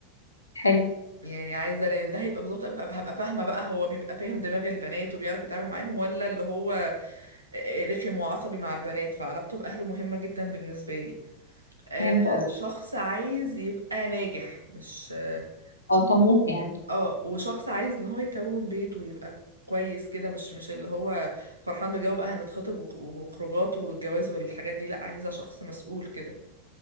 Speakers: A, on the left (about 80°); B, on the right (about 80°).
A: حلو
B: يعني عايزه لان ده هيبقى بالظبط أبقى- هبقى فاهمه بقى هو بيبقى فاهم دماغ البنات وبيعرف يتعامل معاهم ولا اللي هو رخم وعصبي مع البنات فعلاقته باهله مهمه جدا بالنسبه لي آه
A: فهمت قصدك
B: شخص عايز يبقى ناجح مش اه
A: اه طموح يعني
B: آه، وشخص عايز ان هو يكون بيت ويبقى كويس كده مش مش اللي هو فرحان بجو بقى هنتخطب وخ- وخروجات والجواز والحاجات دي لا عايزه شخص مسؤول كده